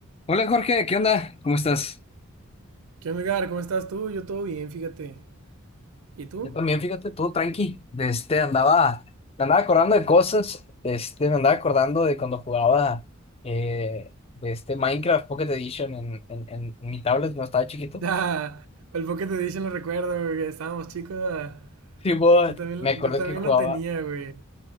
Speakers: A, on the left; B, on the right.
A: Hola Jorge, ¿qué onda? ¿Cómo estás?
B: ¿Qué onda, Edgar? ¿Cómo estás tú? Yo todo bien, fíjate. ¿Y tú?
A: Yo también,
B: <laughs>
A: fíjate, todo tranqui, de este, andaba, me andaba acordando de cosas, este, me andaba acordando de cuando jugaba eh, de este Minecraft Pocket Edition en, en, en mi tablet cuando estaba chiquito.
B: Ya, el Pocket Edition lo recuerdo, güey, que estábamos chicos. ah,
A: Sí, bueno.
B: Yo también,
A: Me acuerdo
B: yo también
A: que jugaba,
B: lo tenía, güey.